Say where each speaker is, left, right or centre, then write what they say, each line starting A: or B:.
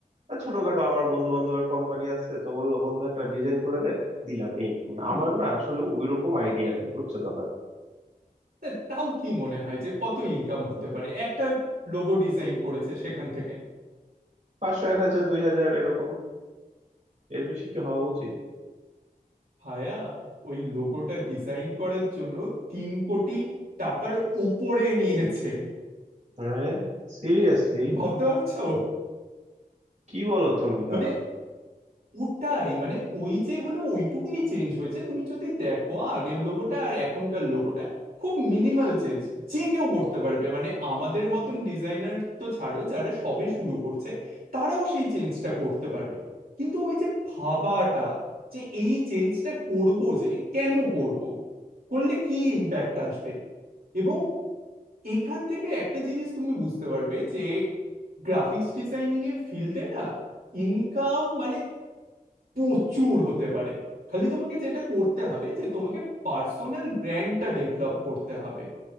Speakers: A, on the right (about 55°); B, on the right (about 75°).
A: ছোটখাটো আমার বন্ধু বান্ধবের কোম্পানি আছে তো বললো বন্ধু একটা ডিজাইন করে দে দিলাম এই মানে
B: হুম
A: আমার না আসলে ওইরকম আইডিয়া নাই বুঝছো দাদা
B: তা তাও কি মনে হয় যে কত ইনকাম হতে পারে একটা লোগো ডিজাইন করেছে সেখান থেকে
A: পাঁচশো এক হাজার দুই হাজার এরকম এর বেশি কি হওয়া উচিত
B: ভায়া ওই লোগোটা ডিজাইন করার জন্য তিন কোটি টাকার উপরে নিয়েছে
A: হ্যাঁ সিরিয়াসলি
B: ভাবতে পারছো
A: কি বলো তুমি দাদা
B: মানে ওটাই মানে ওই যে হলো ওইটুকুনি চেঞ্জ হয়েছে তুমি যদি দেখো আগের লোগোটা আর এখনকার লোগোটা খুব মিনিমাল চেঞ্জ যে কেউ করতে পারবে মানে আমাদের মতন ডিজাইনার তো ছাড়ো যারা সবে শুরু করছে তারাও সেই চেঞ্জটা করতে পারবে কিন্তু ওই যে ভাবাটা যে এই চেঞ্জটা করবো যে কেন করব করলে কি ইম্প্যাক্ট আসবে এবং এখান থেকে একটা জিনিস তুমি বুঝতে পারবে যে গ্রাফিক্স ডিজাইনিং এর ফিল্ডে না ইনকাম মানে প্রচুর হতে পারে খালি তোমাকে যেটা করতে হবে যে তোমাকে পার্সোনাল ব্র্যান্ডটা ডেভেলপ করতে হবে